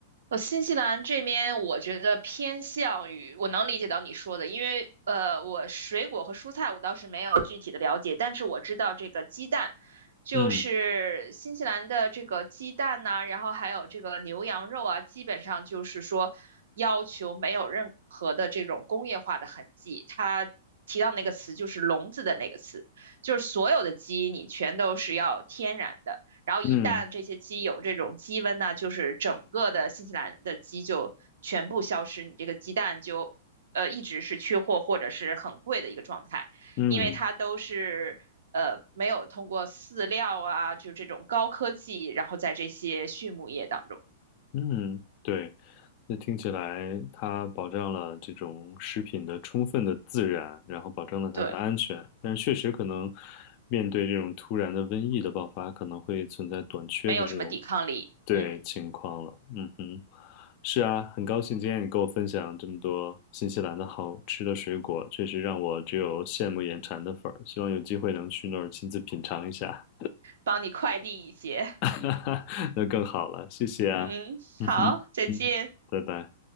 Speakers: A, on the right (about 75°); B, on the left (about 45°).
A: 我新西兰这边，我觉得偏向于我能理解到你说的，因为呃，我水果和蔬菜我倒是没有具体的了解，但是我知道这个鸡蛋，就是新西兰的这个鸡蛋呐、
B: 嗯
A: 然后还有这个牛羊肉啊，基本上就是说要求没有任何的这种工业化的痕迹。它提到那个词就是“笼子”的那个词，就是所有的鸡你全都是要天然的。然后一旦这些鸡有这种鸡瘟呢，
B: 嗯
A: 就是整个的新西兰的鸡就全部消失，你这个鸡蛋就呃一直是缺货或者是很贵的一个状态，
B: 嗯。
A: 因为它都是呃没有通过饲料啊，就这种高科技，然后在这些畜牧业当中，
B: 嗯，对，那听起来它保障了这种食品的充分的自然，然后保证了它的安全，
A: 对，
B: 但是确实可能面对这种突然的瘟疫的爆发，可能会存在短缺的这种
A: 没有什么抵抗力，
B: 对情况了。
A: 嗯，
B: 嗯哼，是啊，很高兴今天你跟我分享这么多新西兰的好吃的水果，确实让我只有羡慕眼馋的份儿，希望有机会能去那儿亲自品尝一下，
A: 帮你快递一些，
B: <laughs> 那更好了，谢谢啊。
A: 嗯，
B: 嗯哼，
A: 好，再见。
B: 嗯，拜拜。